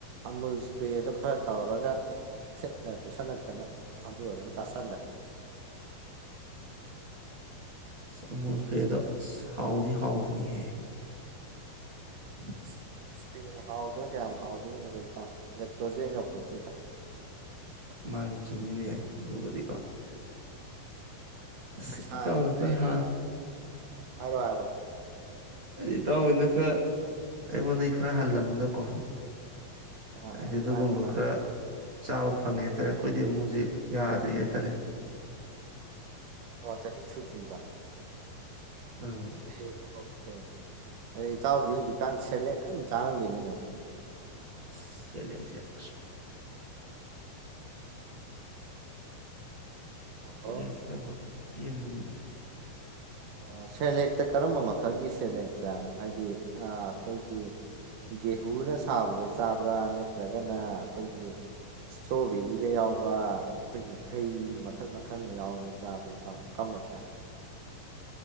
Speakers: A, on the right; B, on the right.
A: ꯑꯃꯨꯜ ꯏꯁꯄ꯭ꯔꯦꯗ‌ꯣ ꯈꯔ ꯇꯧꯔꯒ ꯊꯤꯠꯂ ꯄꯤꯁꯜꯂꯛꯇꯅ ꯑꯗꯨ ꯑꯗꯨꯝ ꯆꯥꯥꯁꯜꯂ‌ꯦ
B: ꯑꯃꯨꯜ ꯏꯁꯄ꯭ꯔ‌ꯦꯗꯣ ꯑꯁ ꯍꯥꯎꯗꯤ ꯍꯥꯎꯕꯅꯤꯍꯦ <inaudible>
A: <unintelligible> ꯍꯥꯎꯗꯅ ꯀꯌꯥꯝ ꯍꯥꯎꯗꯣꯏꯅꯣꯗ ꯏꯇꯥꯎ ꯂ‌ꯦꯛꯇꯣꯖ‌ꯦꯟ ꯌꯧꯄꯣꯟꯇ‌ꯦꯗ
B: ꯃꯥꯅꯦ ꯆꯨꯝꯃꯤꯅꯦ ꯑꯗꯨꯕꯨꯗꯤꯀꯣ ꯑꯁ
A: ꯄꯩꯁꯥꯗꯣ
B: ꯏꯇꯥꯎꯅ
A: ꯑꯩ
B: ꯈꯔ
A: ꯑ
B: ꯍꯥ
A: ꯍꯥꯏꯔꯣ ꯍꯥꯏꯔꯣ
B: ꯏꯇꯥꯍ‌ꯣꯏꯅ ꯈꯔ ꯑꯩꯉꯣꯟꯗꯩ ꯈꯔ ꯍꯜꯂꯝꯅꯤꯅꯀꯣ
A: ꯑꯥ
B: ꯍꯥꯏꯗꯤ
A: ꯑꯥ
B: ꯑꯗꯨꯒꯨꯝꯕ
A: ꯃꯥꯅꯦ ꯃꯥꯅꯦ
B: ꯈꯔ ꯆꯥꯕ ꯐꯪꯉꯦ ꯍꯥꯏꯇꯥꯔꯦ ꯑꯩꯈꯣꯏꯗꯤ ꯑꯃꯨꯛ ꯍꯧꯖꯤꯛ ꯌꯥꯗ꯭ꯔꯤ ꯍꯥꯏꯇꯥꯔꯦ
A: ꯑꯣ ꯆꯁꯤ ꯁꯨꯗ꯭ꯔꯤꯕ
B: ꯎꯝ
A: ꯑꯗꯨꯏ ꯑꯣꯀꯦ ꯑꯗꯩ ꯏꯇꯥꯎꯗꯤ ꯍꯧꯖꯤꯛꯀꯥꯟ ꯁꯦꯂꯦꯛ ꯀꯟ ꯆꯥꯔꯝꯒꯤꯅꯤꯅꯦ
B: ꯑꯁ ꯁ‌ꯦꯂꯦꯛꯁ‌ꯦ ꯑꯁ
A: ꯍꯜꯂꯣ
B: ꯑꯦꯂꯦꯛꯁ ꯅꯕꯀꯣ ꯄꯦꯟꯕꯅꯦꯃꯤ
A: ꯑꯣ ꯁꯦꯂꯦꯛꯇ ꯀꯔꯝꯕ ꯃꯈꯜꯒꯤ ꯁꯦꯂꯦꯛ ꯆꯥꯏ ꯍꯥꯏꯗꯤ ꯑꯥ ꯑꯩꯈꯣꯏꯒꯤ ꯒꯦꯍꯨꯅ ꯁꯥꯕꯗ‌ꯣ ꯆꯥꯕ꯭ꯔꯥ ꯅꯠꯇ꯭ꯔꯒꯅ ꯑꯩꯈꯣꯏꯒꯤ ꯏꯁꯇ꯭ꯔꯣꯕꯦꯔꯤꯒ ꯌꯥꯎꯕ ꯑꯩꯈꯣꯏꯒꯤ ꯍꯩ ꯃꯈꯜ ꯃꯈꯜꯒ ꯌꯥꯎꯕꯗ‌ꯣ ꯆꯥꯕ꯭ꯔꯥ ꯏꯇꯥꯎ ꯀꯝꯕ ꯆꯥꯏ